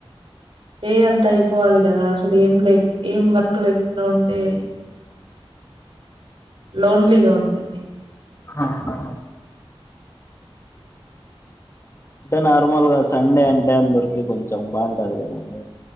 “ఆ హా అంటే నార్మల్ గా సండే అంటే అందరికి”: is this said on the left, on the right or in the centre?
Left